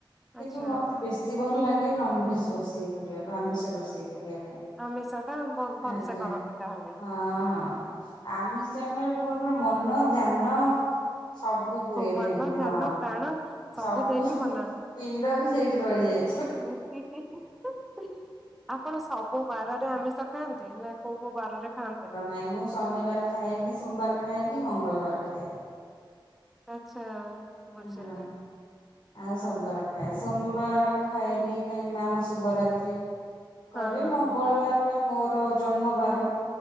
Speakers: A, on the left; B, in the centre.
A: କିନ୍ତୁ
B: ଆଚ୍ଛା।
A: ମତେ ବେଶୀ ଭଲ ଲାଗେ ନନଭେଜ ରୋଷେଇ କରିବାକୁ ଆମିଷ ରୋଷେଇ କରିବା ପାଇଁ।
B: ଆମିଷ ଟା ବହୁତ ଭଲସେ
A: ଆଜ୍ଞା
B: କରନ୍ତି ତାହେଲେ।
A: ହଁ ହଁ ଆମିଷ <inaudible> ମୁଁ ପୁରା ମନ ଧ୍ୟାନ ସବୁ ପୁରେଇ
B: ମନ
A: ଦେବି ହଁ
B: ଧ୍ୟାନ ପ୍ରାଣ
A: ସବୁ
B: ଦେଇକି ବନାନ୍ତି।
A: ପିଣ୍ଡ ବି ସେଇଠି ରହିଯାଏ।
B: <unintelligible> ଆପଣ ସବୁ ବାରରେ ଆମିଷ ଖାଆନ୍ତି ନା କୋଉ କୋଉ ବାରରେ ଖାଆନ୍ତିନି?
A: ନାଇ ମୁଁ ଶନିବାର ଖାଏନି ସୋମବାର ଖାଏନି ମଙ୍ଗଳବାର ଖାଏନି।
B: ଆଚ୍ଛା। ବୁଝିଲି
A: ହଁ। ଆଉ ସବୁବାର ଖାଏ ସୋମବାର ଖାଏନି କାହିଁକି ନା ଆମ ଶିବରାତ୍ରି। କରେ
B: ହଁ ହଁ
A: ମଙ୍ଗଳବାରଟା
B: ହଁ
A: ମୋର ଜନ୍ମବାର